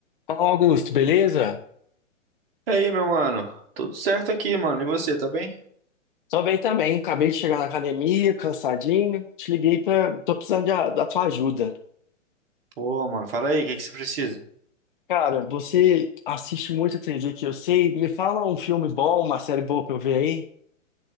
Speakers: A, on the left; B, on the right.
A: Fala, Augusto, beleza?
B: E aí, meu mano? Tudo certo aqui, mano. E você, tá bem?
A: Tô bem também. Acabei de chegar na academia, cansadinho. Te liguei pra. Tô precisando de a- da tua ajuda.
B: Pô, mano, fala aí, o que que você precisa?
A: Cara, você assiste muita TV que eu sei. Me fala um filme bom, uma série boa pra eu ver aí.